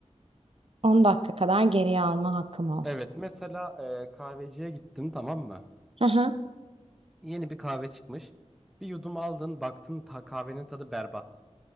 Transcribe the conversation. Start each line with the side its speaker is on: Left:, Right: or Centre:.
Right: 10 dakika kadar geriye alma hakkım olsun.
Centre: Evet mesela e, kahveciye gittin tamam mı?
Right: Hı hı.
Centre: Yeni bir kahve çıkmış. Bir yudum aldın baktın ta- kahvenin tadı berbat.